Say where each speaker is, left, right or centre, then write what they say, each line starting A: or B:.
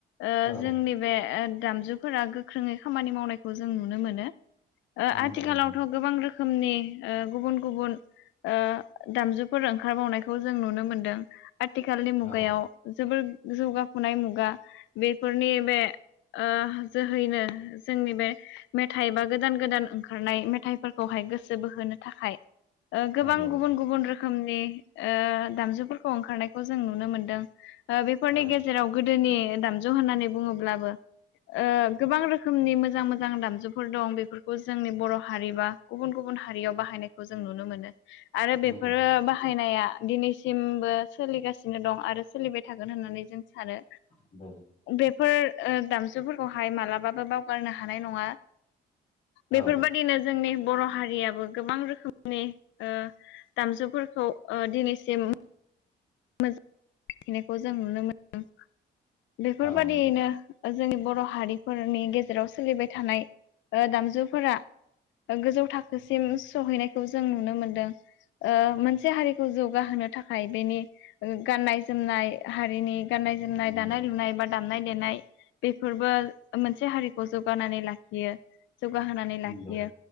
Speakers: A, on the left; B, on the left.
A: ओ
B: औ
A: जोंनि बे ओ दामजुफोरा गोख्रोङै खामानि मावनायखौ जों नुनो मोनो। ओ
B: नंगौ
A: आथिखालावथ'
B: नोंथां
A: गोबां रोखोमनि ओ गुबुन गुबुन ओ दामजुफोर ओंखारबावनायखौ जों नुनो मोनदों। आथिखालनि मुगायाव
B: औ
A: जोबोर जौगाखुनाय मुगा बेफोरनि बे ओ जोहैनो जोंनि बे मेथाइ बा गोदान गोदान ओंखारनाय मेथाइफोरखौहाय गोसो बोहोनो थाखाय ओ गोबां
B: नंगौ
A: गुबुन गुबुन रोखोम नि ओ दामजुफोरखौ ओंखारनायखौ जों नुनो मोनदों। ओ बेफोरनि
B: औ
A: गेजेराव गोदोनि दामजु होननानै बुङोब्लाबो ओ गोबां रोखोमनि मोजां मोजां दामजुफोर दं बे बेफोरखौ जोंनि बर' हारि बा गुबुन गुबुन हारियाव बाहायनायखौ जों नुनो मोनो। आरो
B: नंगौ
A: बेफोरो बाहायनाया दिनैसिमबो सोलिगासिनो दं आरो सोलिबाय थागोन होननानै जों सानो
B: नंगौ
A: बेफोर ओ दामजुफोरखौ हाय मालाबाबो बावगारनो हानाय नङा। बेफोरबादिनो
B: औ
A: जोंनि बर' हारियाबो गोबां रोखोमनि ओ दामजुफोरखौ ओ दिनैसिम मोजां नायखौ जों नुनो मोनदों बेफोरबादियैनो
B: औ नंगौ
A: जोंनि बर' हारिफोरनि गेजेराव सोलिबाय थानाय ओ दामजुफोरा गोजौ थाखोसिम सहैनायखौ जों नुनो मोनदों। ओ मोनसे हारिखौ जौगाहोनो थाखाय बेनि गाननाय जोमनाय हारिनि गाननाय जोमनाय
B: नंगौ
A: दानाय लुनाय बा दामनाय देनाय बेफोरबो मोनसे हारिखौ जौगानानै लाखियो। जौगाहोनानै
B: नंगौ
A: लाखियो